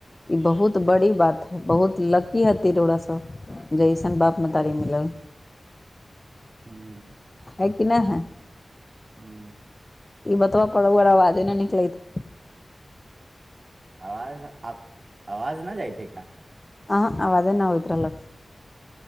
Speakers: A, on the left; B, on the right.
A: ई बहुत बड़ी बात है बहुत लकी हती रोरा सब जइसन बाप मतारी मिलल
B: हूँ
A: हैय की ने है
B: हू।
A: ई बतब पड़ आरा अवाजे नऽ निकलेत-
B: आवाज आप आवाज नऽ जाइत हेय का
A: अहं आबजे नऽ आबैत रहलक